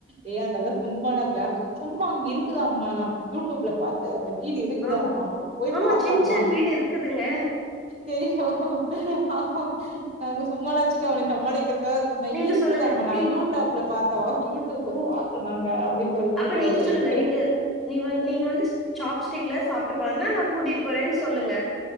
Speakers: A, on the right; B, in the centre.
A: ஏ அதெல்லா சும்மாட கிரபிக் சும்மா அங்க இருக்குதா அம்மா நா யூடியூப்ல பாத்தே அ வீடு இருக்குதமா
B: ஆமா.
A: நங்க போய்
B: ஆமா
A: பாக்கலாம
B: ஷின்சான் வீடு இருக்குதுங்க.
A: தெரியு ஆ நாங்க சும்மா நாச்சுக்க அவன சம்மாளிக்கிறதுக்கு து ஒ
B: நீங்க
A: இருக்குதம்மா
B: சொல்லுங்க.
A: நா
B: நீ
A: யூடப்ல பாத்தோ யூடியூப்ல
B: ஓ
A: பாத்தோ நாங்க அப்டின்னு சொல்றே
B: அப்ப
A: சொல்றே
B: நீங்க சொல்லுங்க
A: எங்களுக்கு
B: நீங்க நீ வ நீங்க வந்து சாப்ஸ்டிக்ல சாப் பழகுனா, நான் கூட்டிட்டு போறேன்னு சொல்லுங்க.